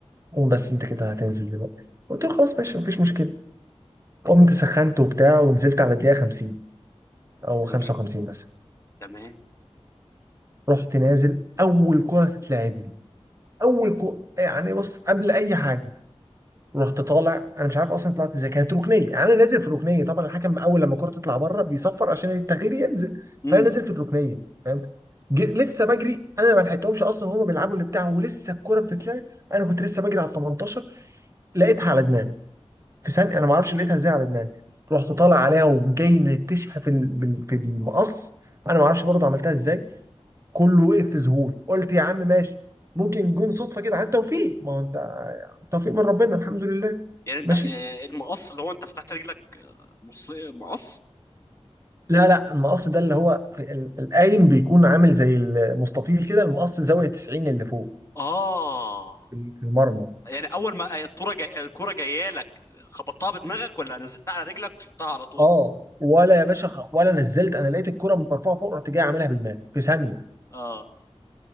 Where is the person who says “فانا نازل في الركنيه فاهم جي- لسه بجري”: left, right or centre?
Right